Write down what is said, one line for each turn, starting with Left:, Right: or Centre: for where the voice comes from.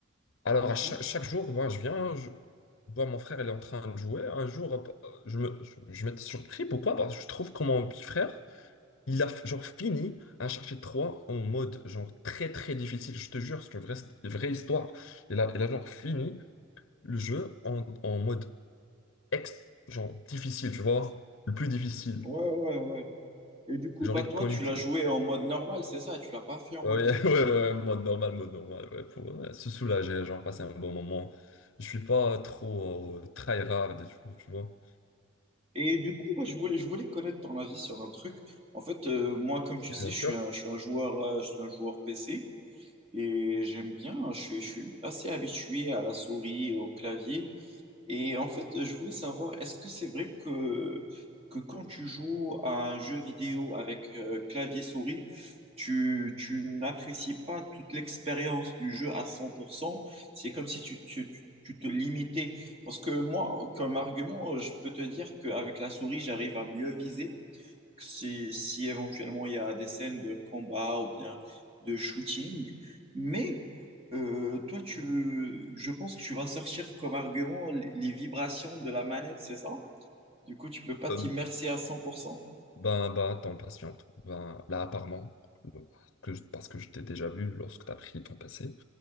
Left: Alors, à
Right: Hein
Left: cha- chaque, jour, moi, je viens, je je vois mon frère, il est en train de jouer. Un jour, euh, je me, je, je m'étais surpris. Pourquoi? Parce que je trouve que mon petit frère, il a genre fini Uncharted 3 en mode genre très très difficile. Je te jure, c'est une vraie, une vraie histoire. Il a, il a genre fini le jeu en, en mode ex, genre difficile, tu vois, le plus difficile.
Right: Ouais, ouais, ouais. Et du coup,
Left: Genre,
Right: bah,
Left: il
Right: toi,
Left: te connaît
Right: tu
Left: tout.
Right: l'as joué en mode normal, c'est ça? Tu l'as pas fait en
Left: Ouais,
Right: mode
Left: <laughs>
Right: difficile.
Left: ouais, ouais, ouais, mode normal, mode normal, ouais, pour euh, se soulager, genre passer un bon moment. Je suis pas trop euh, tryhard et tout, tu vois.
Right: Et du coup, bah, je voulais, je voulais connaître ton avis sur un truc. En fait, euh, moi, comme tu
Left: Et
Right: sais,
Left: bien
Right: je
Left: sûr,
Right: suis un, je suis un joueur, euh, je suis un joueur PC et j'aime bien, je suis, je suis assez habitué à la souris, au clavier. Et en fait, je voulais savoir, est-ce que c'est vrai que, que quand tu joues à un jeu vidéo avec euh, clavier-souris, tu, tu n'apprécies pas toute l'expérience du jeu à cent pour cent c'est comme si tu, tu, tu te limitais. Parce que moi, comme argument, je peux te dire qu'avec la souris, j'arrive à mieux viser, si, si éventuellement il y a des scènes de combat ou bien de shooting. Mais euh, toi, tu, je pense que tu vas sortir comme argument les, les vibrations de la manette, c'est ça? Du coup, tu peux pas t'immerser
Left: euh,
Right: à cent pour cent
Left: ben, ben, attends, patiente. Ben, là, apparemment, euh, que je- parce que je t'ai déjà vu lorsque tu as pris ton PC,